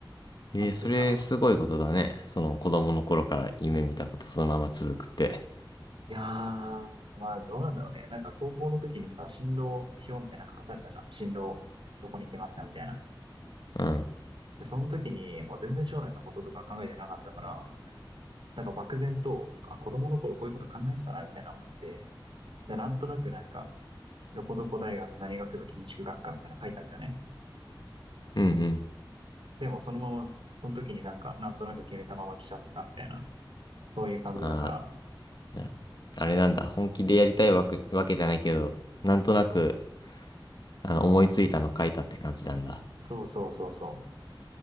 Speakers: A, on the left (about 55°); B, on the right (about 85°).
A: えーそれすごいことだね。
B: なってるかな。
A: その子供の頃から夢見たことそのまま続くって。
B: いやー、まあ、どうなんだろうね。なんか高校の時にさ、進路表みたいなの書かされたじゃん。進路、どこに行きますかみたいな。
A: うん。
B: で、その時に、もう全然将来のこととか考えてなかったから、なんか漠然と、あ、子供の頃こういうこと考えてたな、みたいな思って、で、なんとなくなんか、どこどこ大学何学部建築学科みたいなの書いたんだよね。
A: うんうん。
B: でもそのまま、その時になんか、なんとなく決めたまま来ちゃったみたいな、そういう感じだから、
A: あー、じゃあ、あれなんだ。本気でやりたいわけ、わけじゃないけど、なんとなく、あの、思いついたの書いたって感じなんだ。
B: そうそうそうそ